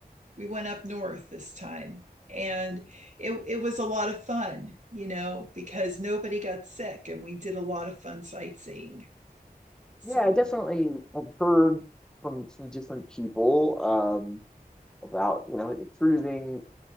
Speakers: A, on the right (about 50°); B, in the centre.
A: we went up north this time and it, it was a lot of fun you know because nobody got sick and we did a lot of fun sightseeing so
B: Yeah, I definitely have heard from from different people um, about you know like the cruising